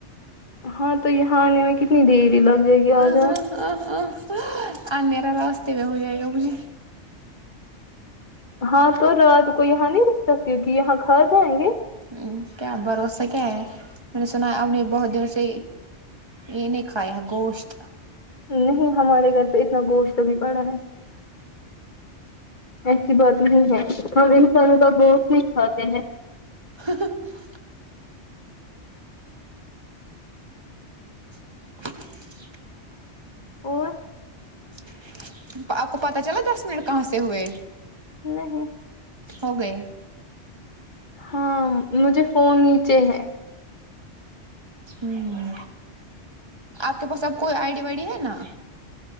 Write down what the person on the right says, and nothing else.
ہاں ہاں ہاں اندھیرا راستے میں ہو جائے گا مجھے
ہمم کیا بھروسہ کیا ہے میں نے سنا اب نے بہت دنوں سے انے کھایا ہے گوشت
<unintelligible> <unintelligible>
<unintelligible> آپ کو پتہ چلا دس منٹ کہاں سے ہوئے
ہو گئے
ہمم آپ کے پاس اب کوئی آئی ڈی وئیڈی ہے نا